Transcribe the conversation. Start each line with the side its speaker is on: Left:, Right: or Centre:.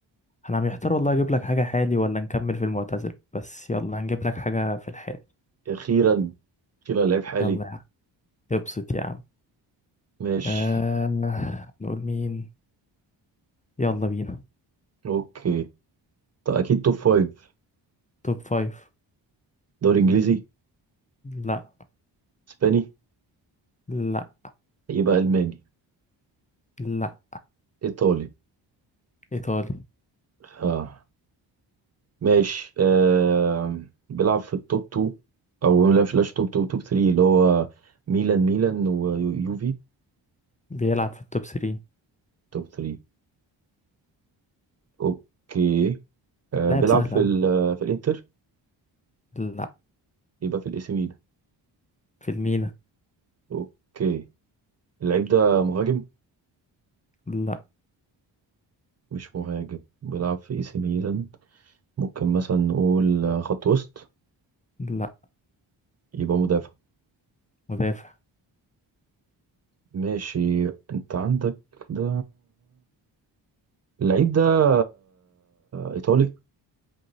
Left: انا محتار والله اجيب لك حاجة حالي ولا نكمل في المعتزل بس يلا هنجيب لك حاجة في الحالي
Right: اخيرا اخيرا لعيب حالي
Left: يلا يا عم ابسط يا عم
Right: ماشي
Left: آه... نقول مين يلا بينا
Right: اوكي طيب اكيد توب فايف
Left: توب فايف
Right: دوري انجليزي
Left: لا
Right: اسباني
Left: لا
Right: يبقى الماني
Left: لا
Right: ايطالي
Left: ايطالي
Right: اه ماشي آه. بيلعب في التوب 2 او لا مش لاش توب 2 توب 3 اللي هو ميلان ميلان ويوفي
Left: بيلعب في التوب 3
Right: توب 3 اوكي آه.
Left: لاعب
Right: بيلعب
Left: سهل
Right: في
Left: اوي
Right: ال- في الانتر
Left: لا
Right: يبقى في الاي سي ميلان
Left: في الميلان
Right: اوكي اللعيب ده مهاجم
Left: لا
Right: مش مهاجم بيلعب في اي سي ميلان ممكن مثلا نقول آه، خط وسط
Left: لا
Right: يبقى مدافع
Left: مدافع
Right: ماشي انت عندك ده اللعيب ده ايطالي